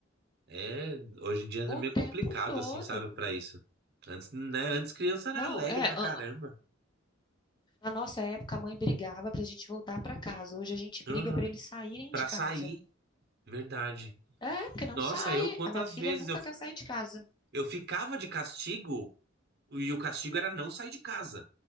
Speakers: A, on the right (about 55°); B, on the left (about 20°).
A: É, hoje em dia é
B: o
A: meio
B: tempo
A: complicado,
B: todo.
A: assim, sabe, pra isso. Antes, né? Antes criança era
B: Não,
A: alegre
B: é,
A: pra
B: a-
A: caramba.
B: na nossa época a mãe brigava pra gente voltar pra casa. Hoje a gente briga
A: Aham.
B: pra eles saírem
A: Pra
B: de casa.
A: sair, verdade.
B: É, porque não
A: Nossa,
B: sai.
A: eu quantas
B: A minha filha
A: vezes
B: nunca
A: eu,
B: quer sair de casa.
A: eu ficava de castigo, e o castigo era não sair de casa.